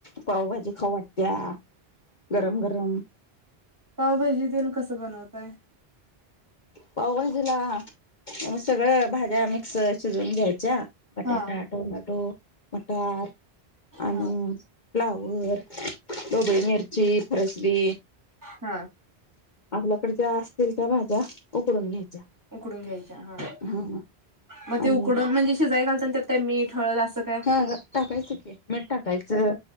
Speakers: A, on the left (about 50°); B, on the right (about 20°).
A: पावभाजी खाऊ वाटत्या गरम गरम.
B: पावभाजी तेन कसं बनवतय.
A: पावभजूला मग सगळं भाज्या मिक्स शिजवून घ्यायच्या. बटाटा,
B: हा
A: टोमटो, मटर, आणि
B: हा
A: फ्लावर, डोबळे मिरची, परसबी,
B: हा.
A: आपल्याकडे ज्या असतील त्या भाज्या उकडून घ्यायच्या.
B: उकडून घ्यायच्या ह
A: हा
B: मग ते
A: आणि
B: उकडून म्हणजे शिजाई घालत त्यात काय मीठ हळद असं काय
A: हा टाकायचं की मीठ टाकायचं.